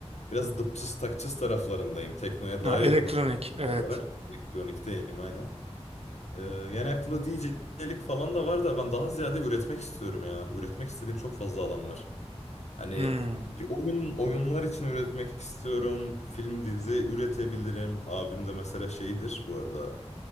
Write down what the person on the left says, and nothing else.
Biraz dıpçız takçız taraflarındayım. Teknoya
daha
yakınım ben <laughs>
olarak. Elektronikteyim aynen. Ee, yani aklımda DJ'lik falan da var da ben daha ziyade üretmek istiyorum ya. Üretmek istediğim çok fazla alan var. Hani
bir oyun, oyunlar için üretmek istiyorum. Film, dizi üretebilirim. Abim de mesela şeydir bu arada.